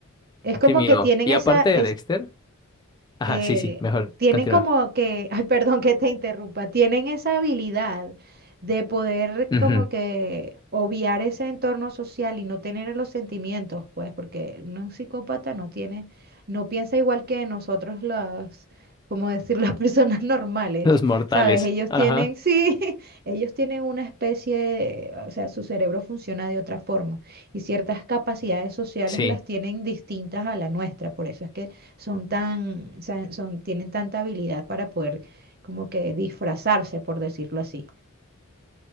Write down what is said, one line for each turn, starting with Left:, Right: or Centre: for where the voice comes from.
Right: Es como
Left: Qué miedo.
Right: que tienen
Left: Y
Right: esa,
Left: aparte de Dexter, ajá,
Right: eh,
Left: sí, sí, mejor
Right: tienen
Left: continúa.
Right: como que, <laughs> ay, perdón que te interrumpa, tienen esa habilidad de poder
Left: Ujú.
Right: como que obviar ese entorno social y no tener los sentimientos, pues, porque un psicópata no tiene, no piensa igual que nosotros los, como decir, las <laughs> personas normales,
Left: Los mortales.
Right: ¿sabes? Ellos
Left: Ajá.
Right: tienen, sí, <laughs> ellos tienen una especie de, o sea, su cerebro funciona de otra forma y ciertas capacidades sociales
Left: Sí.
Right: las tienen distintas a la nuestra, por eso es que son tan, sa- son, tienen tanta habilidad para poder como que disfrazarse, por decirlo así.